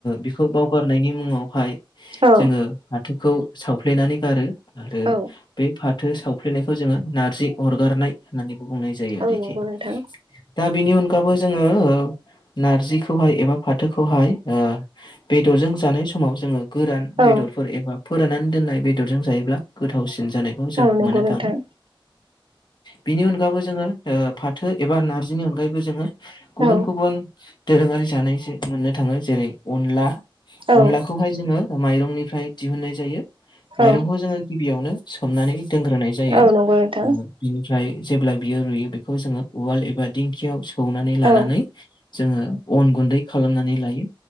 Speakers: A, on the left (about 55°); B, on the right (about 80°).
A: बेखौ बावगारनायनि मुङावहाय
B: औ
A: जोङो फाथोखौ सावफ्लेनानै गारो आरो
B: औ
A: बे फाथो सावफ्लेनायखौ जोङो नारजि अरगारनाय होननानैबो बुंनाय जायो
B: औ
A: आरोखि।
B: नंगौ नोंथां
A: दा बिनि अनगायाबबो जोङो ओ नारजिखौहाय एबा फाथोखौहाय ओ बेदरजों जानाय समाव जोङो गोरान
B: औ
A: बेदरफोर एबा फोराननानै दोननाय बेदरजों जायोब्ला गोथावसिन जानायखौ जों
B: औ नंगौ
A: मोननो
B: नोंथां
A: थाङो। बिनि अनगायैबो जोङो फाथो एबा नारजिनि अनगायैबो जोङो गुबुन
B: औ
A: गुबुन दोरोङारि जानाय जे मोननो थाङो जेरै अनला
B: औ
A: अनला बेखौहाय जोङो माइरंनिफ्राय दिहुननाय जायो माइरंखौ
B: औ
A: जोङो गिबियावनो सोमनानै दोनग्रोनाय जायो।
B: औ नंगौ नोंथां
A: बिनिफ्राय जेब्ला बियो रुइयो बेखौ जोङो उवाल एबा दिंखियाव सौनानै लानानै
B: औ
A: जोङो अन गुन्दै खालामनानै लायो